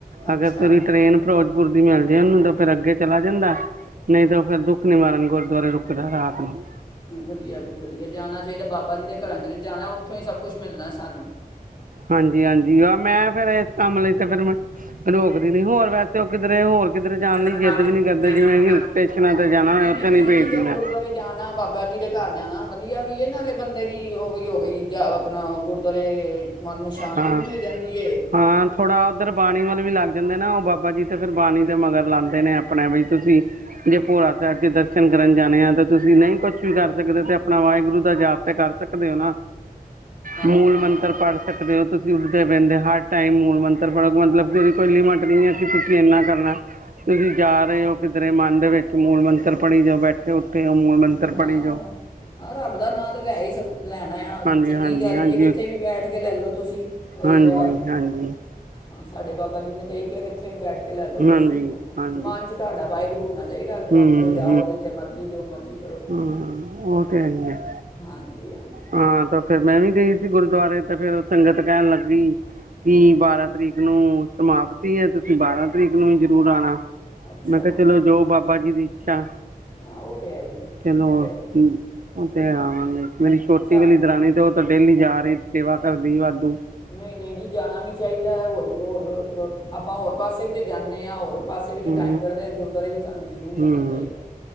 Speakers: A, on the left; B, on the right.
A: ਅੱਛਾ
B: ਅਗਰ ਧੁਰੀ ਟ੍ਰੇਨ ਫਿਰੋਜ਼ਪੁਰ ਦੀ ਮਿਲ ਜੇ ਉਹਨੂੰ ਤਾਂ ਫੇਰ ਅੱਗੇ ਚਲਾ ਜਾਂਦਾ ਨਹੀਂ ਤਾਂ ਫੇਰ ਦੁੱਖ ਨਿਵਾਰਨ ਗੁਰ ਗੁਰਦੁਆਰੇ ਰੁਕਦਾ ਰਾਤ ਨੂੰ
A: ਵਧੀਆ ਜੀ ਵਧੀਆ ਜਾਣਾ ਚਾਹੀਦਾ ਬਾਬਾ ਜੀ ਦੇ ਘਰਾਂ ਚ ਤੇ ਜਾਣਾ ਉੱਥੋਂ ਹੀ ਸਭ ਕੁਛ ਮਿਲਣਾ ਸਾਨੂੰ
B: ਹਾਂਜੀ- ਹਾਂਜੀ ਆ ਮੈਂ ਫੇਰ ਇਸ ਕੰਮ ਲਈ ਤੇ ਫੇਰ ਮੈਂ ਰੋਕਦੀ ਨੀ ਹੋਰ ਵੈਸੇ ਉਹ ਕਿਧਰੇ ਹੋਰ
A: ਕਿਧਰੇ
B: ਲਈ
A: ਜਾਣ
B: ਜਿੱਦ ਵੀ
A: ਦੀ
B: ਨਹੀਂ ਕਰਦੇ
A: ਜਿਦ
B: ਜਿਵੇਂ
A: ਵੀ ਨਈ ਕਰਦੇ,
B: ਹਿਲ ਸਟੇਸ਼ਨਾਂ 'ਤੇ ਜਾਣਾ
A: ਨਹੀਂ
B: ਹੋਏ ਉੱਥੇ
A: ਨਹੀਂ ਠੀਕ
B: ਭੇਜਦੀ
A: ਹੈ
B: ਮੈਂ
A: ਗੁਰਦੁਆਰੇ ਜਾਣਾ ਬਾਬਾ ਜੀ ਦੇ ਘਰ ਜਾਣਾ ਵਧੀਆ ਵੀ ਇਹ ਨਾਲੇ ਬੰਦੇ ਦੀ ਉਹ ਵੀ ਹੋ ਗਈ ਜਾਂ ਆਪਣਾ ਗੁਰਦੁਆਰੇ ਮਨ ਨੂੰ ਸ਼ਾਂਤੀ
B: ਹਾਂ,
A: ਵੀ ਮਿਲ ਜਾਂਦੀ ਏ
B: ਹਾਂ ਥੋੜਾ ਉੱਧਰ ਬਾਣੀ ਵਲ ਵੀ ਲੱਗ ਜਾਂਦੇ ਨਾ ਉਹ ਬਾਬਾ ਜੀ ਤੇ ਫਿਰ ਬਾਣੀ ਦੇ ਮਗਰ ਲਾਂਦੇ ਨੇ ਆਪਣੇ ਬ ਤੁਸੀਂ ਜੇ ਭੋਰਾ ਸਾਹਿਬ ਚ ਦਰਸ਼ਨ ਕਰਨ ਜਾਣੇ ਆ ਤੇ ਤੁਸੀਂ ਨਹੀਂ ਕੁਛ ਵੀ ਕਰ ਸਕਦੇ ਤੇ ਆਪਣਾ ਵਾਹਿਗੁਰੂ ਦਾ ਜਾਪ ਤੇ ਕਰ ਸਕਦੇ ਹੋ ਨਾ।
A: ਹਾਂ
B: ਮੂਲ
A: ਹਾਂ
B: ਮੰਤਰ ਪੜ੍ਹ ਤੁਸੀਂ ਉੱਡਦੇ ਬਹਿੰਦੇ ਹਰ ਟਾਈਮ ਮੂਲ ਮੰਤਰ ਪੜੋ ਮਤਲਬ ਕਿ ਉਹਦੀ ਕੋਈ ਲਿਮਿਟ ਨਈ ਐ ਕਿ ਤੁਸੀਂ ਇੰਨਾ ਕਰਨਾ। ਤੁਸੀਂ ਜਾ ਰਹੇ ਹੋ ਕਿਤੇ ਮਨ ਦੇ ਵਿੱਚ ਮੂਲ ਮੰਤਰ ਪੜ੍ਹੀ ਜਾਓ ਬੈਠੇ। ਹੋ ਮੂਲ ਮੰਤਰ
A: ਹਾਂ-
B: ਪੜ੍ਹੀ ਜਾਓ
A: ਹਾਂ ਰੱਬ ਦਾ ਨਾਂ ਤੇ ਲੈ ਹੀ ਸਕ ਲੈਣਾ ਆ
B: ਹਾਂਜੀ
A: ਚੰਗੀ
B: ਹਾਂਜੀ
A: ਗੱਲ
B: ਹਾਂਜੀ
A: ਹੀ ਹੈ ਕਿੱਥੇ ਵੀ ਬੈਠ ਕੇ ਲੈ ਲਓ ਤੁਸੀਂ ਕੋਈ
B: ਹਾਂਜੀ
A: ਉਹਦਾ
B: ਹਾਂਜੀ
A: ਸਾਡੇ ਬਾਬਾ ਜੀ ਨੇ ਤਾਂ ਇਹ ਕਿਹਾ ਕਿੱਥੇ ਵੀ ਬੈਠ ਕੇ ਕੇ ਲੈ ਲਓ
B: ਹਾਂਜੀ
A: ਤੁਸੀਂ
B: ਹਾਂਜੀ
A: ਮਨ ਚ ਤੁਹਾਡਾ ਵਾਹਿਗੁਰੂ ਹੋਣਾ ਚਾਹੀਦਾ
B: ਹੂੰ
A: ਆਉਣ ਤੇ ਜਾਓ ਜਿੱਥੇ ਮਰਜ਼ੀ ਜੋ ਮਰਜੀ
B: ਹੂੰ, ਉਹ ਤੇ ਹੈ ਹੀ ਹੈ
A: ਹਾਂਜੀ ਹਾਂਜੀ
B: ਹਾਂ ਤਾਂ ਫੇਰ ਮੈਂ ਵੀ ਗਈ ਗੁਰਦੁਆਰੇ ਤੇ ਫਿਰ ਉਹ ਸੰਗਤ ਕਹਿਣ ਲੱਗੀ ਕਿ ਬਾਰਾਂ ਤਰੀਕ ਨੂੰ ਸਮਾਪਤੀ ਹੈ ਤੁਸੀਂ ਬਾਰਾਂ ਤਰੀਕ ਨੂੰ ਵੀ ਜ਼ਰੂਰ ਆਣਾ।
A: ਅੱਛਾ
B: ਮੈਂ ਕਿਹਾ ਚਲੋ ਜੋ ਬਾਬਾ ਜੀ ਦੀ ਇੱਛਾ
A: ਹਾਂ ਉਹ ਤੇ ਹੈ ਹੀ ਹੈ
B: ਚਲੋ
A: ਉਹ ਤੇ ਹੈ
B: ਉਹ ਤੇ ਹਾਂਜੀ, ਮੇਰੀ ਛੋਟੀ
A: ਸਾ
B: ਵਾਲੀ ਦਰਾਣੀ ਤੇ ਉਹ ਤਾ ਡੇਲੀ ਜਾ ਰਹੀ ਲਈ ਸੇਵਾ ਕਰ ਦੀ ਵਾਧੂ
A: ਨਹੀਂ- ਨਹੀਂ ਜੀ ਜਾਣਾ ਵੀ ਚਾਹੀਦਾ ਹੈ, ਹੋਰ ਵੀ ਹੋਰ ਆਪਾਂ ਹੋਰ ਪਾਸੇ ਵੀ ਤਾਂ ਜਾਂਨੇ ਆਂ ਹੋਰ ਪਾਸੇ ਵੀ ਤਾਂ
B: ਹੂੰ
A: ਟਾਈਮ ਕੱਢਦੇ ਆ ਗੁਰਦੁਆਰੇ ਵੀ ਤੁਹਾਨੂੰ ਜ਼ਰੂਰ ਜਾਣਾ
B: ਹੂੰ
A: ਚਾਹੀਦਾ ਐ